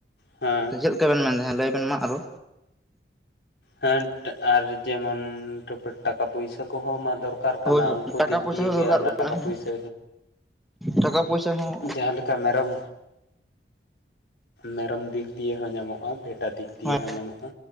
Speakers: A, on the left (about 75°); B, in the centre.
A: ᱦᱮᱸ
B: ᱪᱮᱫ ᱞᱮᱠᱟ ᱵᱮᱱ ᱢᱚᱱᱮᱭᱟ ᱞᱟᱹᱭᱵᱱ ᱢᱟ ᱟᱨᱚ
A: ᱦᱮᱸᱱᱴ ᱟᱨ ᱡᱮᱢᱚᱱ ᱴᱩᱯ ᱴᱟᱠᱟ ᱯᱩᱭᱥᱟᱹ ᱠᱚᱦᱚᱸ ᱢᱟ ᱫᱚᱨᱠᱟᱨ ᱠᱟᱱᱟ
B: ᱦᱳᱭ ᱦᱳᱭ
A: ᱩᱱᱠᱩ
B: ᱴᱟᱠᱟ
A: ᱫᱤᱠ
B: ᱯᱚᱭᱥᱟ
A: ᱫᱤᱭᱮ
B: ᱦᱚᱸ
A: ᱜᱮ
B: ᱫᱚᱨᱠᱟᱨ
A: ᱚᱱᱟ
B: ᱠᱟᱱᱟ
A: ᱴᱟᱠᱟ
B: ᱦᱮᱸ
A: ᱯᱩᱭᱥᱟᱹ
B: ᱴᱟᱠᱟ ᱯᱚᱭᱥᱟ ᱦᱚᱸ
A: ᱡᱟᱦᱟᱸ ᱞᱮᱠᱟ ᱢᱮᱨᱚᱢ ᱢᱮᱨᱚᱢ ᱫᱤᱠ ᱫᱤᱭᱮ ᱦᱚᱸ ᱧᱟᱢᱚᱜᱼᱟ ᱵᱷᱮᱰᱟ ᱫᱤᱠ ᱫᱤᱭᱮ
B: ᱦᱳᱭ
A: ᱦᱚᱸ ᱧᱟᱢᱚᱜᱼᱟ